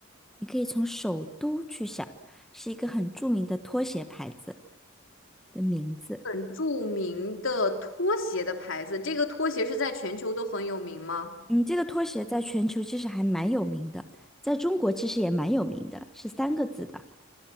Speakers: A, in the centre; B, on the left.
A: 你可以从首都去想，是一个很著名的拖鞋牌子的名字。
B: 很著名的拖鞋的牌子，这个拖鞋是在全球都很有名吗？
A: 嗯，这个拖鞋在全球其实还蛮有名的，在中国其实也蛮有名的，是三个字的。